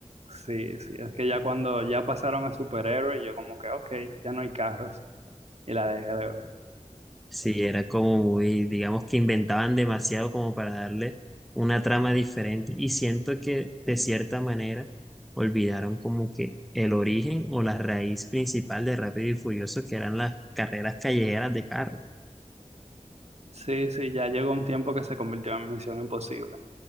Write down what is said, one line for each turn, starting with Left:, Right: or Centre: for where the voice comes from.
Right: Sí, sí, es que ya cuando ya pasaron a superhéroes, yo como que, ok, ya no hay carros y la dejé de ver.
Centre: Sí, era como muy, digamos que inventaban demasiado como para darle una trama diferente. Y siento que de cierta manera olvidaron como que el origen o la raíz principal de Rápido y Furioso, que eran las carreras callejeras de carro.
Right: Sí, sí, ya llegó un tiempo que se convirtió en Misión Imposible,